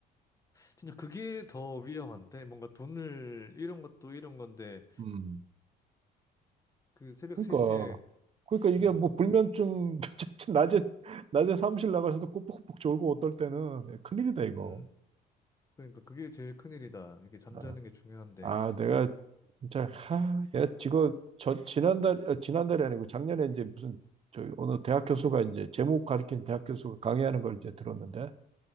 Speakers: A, on the left; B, on the right.
A: 진짜 그게 더 위험한데 뭔가 돈을 잃은 것도 잃은 건데
B: 음.
A: 그 새벽
B: 그러니까
A: 3시에
B: 그러니까 이게
A: 음.
B: 뭐 불면증 <laughs> 낮에 낮에 사무실 나가서도 꼬북꼬북 졸고 어떨 때는 네, 큰일이다 이거.
A: 음. 그러니까 그게 제일 큰일이다. 이게 잠자는
B: 네.
A: 게 중요한데.
B: 아 내가 진짜
A: 음,
B: 하, 야 지금 저 지난달 아, 지난달이 아니고 작년에 이제 무슨 저 어느 대학 교수가 이제 제목 가리킨 대학 교수가 강의하는 걸 이제 들었는데